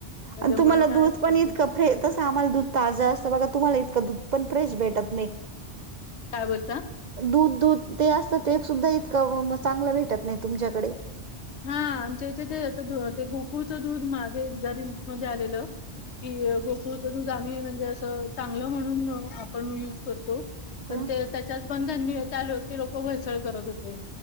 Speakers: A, on the left (about 80°); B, on the right (about 55°).
A: त्याच्यामुळे
B: आणि तुम्हाला
A: काय
B: दूध पण
A: एकदा
B: इतकं फ्रे तसं आम्हाला दूध ताजं असतं बघा तुम्हाला इतंक दुध पण फ्रेश भेटत नाही.
A: काय बोलता
B: दूध दूध ते असतं ते सुद्धा इतकं चांगलं भेटत नाही तुमच्याकडे
A: हा, आमच्या इथे ते अ ते दू अ ते गोकुळचं दूध मागे एकदा <unintelligible> मध्ये आलेलं. कि गोकुळचं दूध आम्ही म्हणजे असं चांगलं म्हणून अ पण यूज करतो
B: हा
A: पण ते त्याच्याच पण त्यांनी त्या ते लोक भेसळ करत होते.